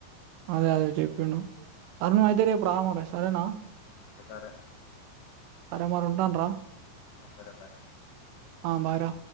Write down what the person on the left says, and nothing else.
సరే
ఒకకరే బాయ